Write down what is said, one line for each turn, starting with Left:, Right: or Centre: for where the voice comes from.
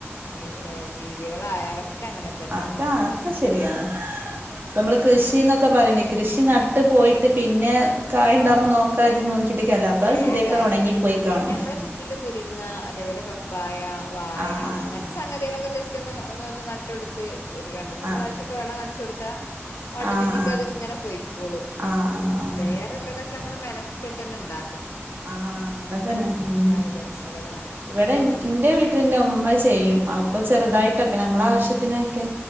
Right: ആ
Left: ഇനി
Right: ആ
Left: ജീവികളായാലൊക്കെ അങ്ങനെ തന്നെയാണ്
Right: ആക്ക
Left: പറയാ
Right: ആക്ക ശരിയാണ് നമ്മള് കൃഷിന്നൊക്കെ പറയണ്ട കൃഷി നട്ട് പോയിട്ട് പിന്നെ <unintelligible>
Left: ആഹ് ഏഹ്
Right: തൊക്കെ
Left: കാര്യല്ല
Right: ഉണങ്ങിപ്പോയികാണും
Left: പിന്നെ നമ്മളെ ചുറ്റിലും മുരിങ്ങ അതേപോലെ പപ്പായ വായ
Right: ആഹ്
Left: അങ്ങനത്തെ സംഗതികളൊക്കെ ജസ്റ്റ് <unintelligible> ഒരു രണ്ട് മൂന്ന്
Right: ആഹ്
Left: പ്രാവശക്കെ വെള്ളം നൻച്ചൊടുത്ത് ത്താ ഓട്ടോമാറ്റിക
Right: ആഹ്
Left: തിങ്ങനെ പൊയ്ക്കോളും.
Right: ആഹ് ആഹ് ആഹ് ആഹ് ആഹ്
Left: വേറെള്ളതൊക്കെ, നമ്മള് മെനക്കെട്ടെന്നെണ്ടാ
Right: ആഹ് അങ്ങനെ തന്നെ ഉം.
Left: വിചാരിച്ചാലും അത് മെനക്കെട്ടന്നെ
Right: ഇവിടെ
Left: ഇണ്ടാക്കണം
Right: എന്റെ വീട്ടിൽ എന്റമ്മ ചെയ്യും. അപ്പൊ ചെറുതായിട്ടൊക്കെ ഞങ്ങള ആവശ്യത്തി തിനൊക്കെ